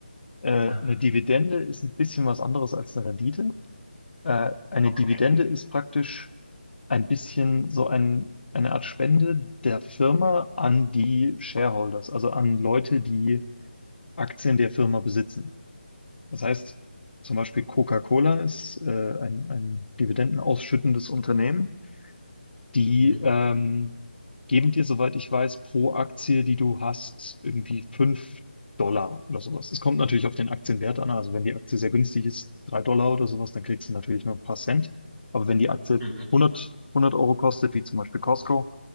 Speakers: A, on the left; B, on the right.
A: Äh,
B: Ah,
A: eine Dividende ist ein bisschen was anderes als eine Rendite. Äh, eine
B: okay.
A: Dividende ist praktisch ein bisschen so ein, eine Art Spende der Firma an die Shareholders, also an Leute, die Aktien der Firma besitzen. Das heißt, zum Beispiel Coca-Cola ist äh, ein, ein dividendenausschüttendes Unternehmen. Die
B: Mhm.
A: ähm, geben dir, soweit ich weiß, pro Aktie, die du hast, irgendwie fünf Dollar oder sowas. Es kommt natürlich auf den Aktienwert an. Also wenn die Aktie sehr günstig ist, 3 Dollar oder sowas, dann kriegst du natürlich nur ein paar Cent. Aber wenn die Aktie
B: Mhm.
A: hundert hundert Euro kostet, wie zum Beispiel Costco,